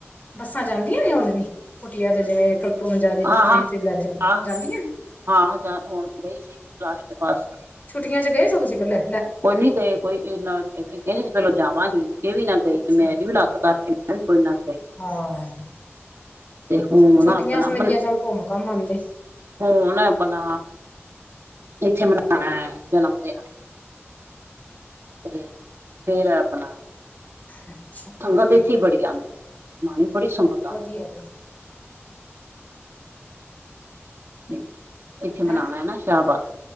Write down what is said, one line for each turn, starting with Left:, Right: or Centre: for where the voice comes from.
Left: ਬੱਸਾਂ ਜਾਂਦੀਆਂ ਨੇ ਹੁਨ ਵੀ ਕੁਟਿਆ ਦੇ ਜਿਵੇਂ ਟੋਟੋ ਮੰਜ਼ ਦੇ
Right: ਹਾਂ
Left: ਕਿੱਥੇ
Right: ਹਾਂ
Left: ਲੈ ਕੇ
Right: ਹਾਂ
Left: ਜਾਂਦੀਆਂ ਨੇ।
Right: ਹਾਂ ਜਾਂ ਹੁਣ ਗਈ ਸੀ ਲਾਸਟ ਪਾਸ
Left: ਛੁਟੀਆਂ ਚ ਗਏ ਸੀ ਹੋ ਤੁਸੀਂ ਪਹਿਲੇ।
Right: ਕੋਈ ਨੀ ਗਏ ਕੋਈ ਏ ਨਾ ਏ ਕਹਿੰਦੇ ਸੀ ਪਹਿਲੋਂ ਜਾਵਾਂਗੀ ਇਹ ਵੀ ਨਾ ਗਈ
Left: ਅੱਛਾ
Right: ਤੇ ਮੇਰੀ ਵੀ ਲੱਤ ਕਰਕੇ ਮੈਂ ਵੀ ਕੋਈ ਨਾ ਗਈ
Left: ਹਾਂ
Right: ਤੇ ਹੁਣ
Left: ਸਗੋ ਛੁੱਟੀਆਂ
Right: ਆਪਣਾ
Left: ਸੀ
Right: ਮਨ
Left: ਗਿਆਂ ਚੱਲੋ ਘੁੰਮ ਘਮ ਆਂਦੇ।
Right: ਹੁਣ ਆਪਣਾ ਇੱਥੇ ਮਨਾਉਣਾ ਏ ਜਨਮ ਦਿਨ। ਤੇ ਫੇਰ ਆਪਣਾ
Left: ਅੱਛਾ
Right: ਸੰਗਤ ਇੱਥੇ ਵੀ ਬੜੀ ਆਉਂਦੀ ਏ, ਬੜੀ ਸੰਗਤ ਆਉਂੲੈ ੲੈ
Left: <unintelligible>
Right: ਤੇ ਇੱਥੇ ਮਨਾਉਣਾ
Left: ਹੈਂ
Right: ਏ ਨਾ ਸ਼ਾਹਬਾਦ।